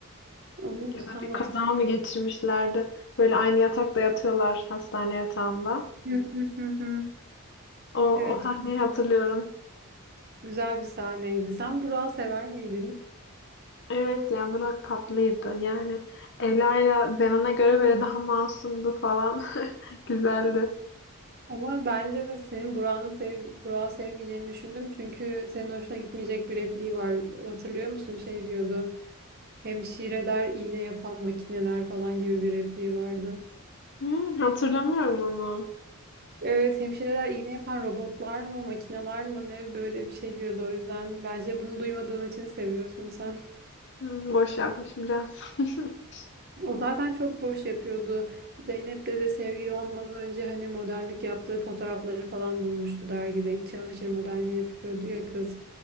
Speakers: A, on the right; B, on the left.
A: Onu
B: Ya
A: tutamadım.
B: da bir kaza mı geçirmişlerdi? Böyle aynı yatakta yatıyorlar hastane yatağında.
A: <laughs>
B: O,
A: Evet,
B: o sahneyi hatırlıyorum.
A: güzel bir sahneydi. Sen Burak'ı sever miydin?
B: Evet ya Burak tatlıydı. Yani Ela ile Zenon'a göre böyle daha masumdu falan. <laughs> Güzeldi.
A: Ama bence senin Burak'ı sev Burak'ı sevmeyeceğini düşündüm. Çünkü senin hoşuna gitmeyecek bir repliği var. Hatırlıyor musun? Şey diyordu. Hemşireler iğne yapan makineler falan gibi bir repliği vardı.
B: Hı, hatırlamıyorum onu.
A: Evet, hemşireler iğne yapan robotlar mı, makineler mı ne böyle bir şey diyordu. O yüzden bence bunu duymadığın için seviyorsun sen. <laughs>
B: Hmm, boş yapmışım biraz. <laughs>
A: O zaten çok boş yapıyordu. Zeynep'le de sevgili olmadan önce hani modellik yaptığı fotoğrafları falan bulmuştu dergide. İç çamaşır modelliği yapıyordu ya kız.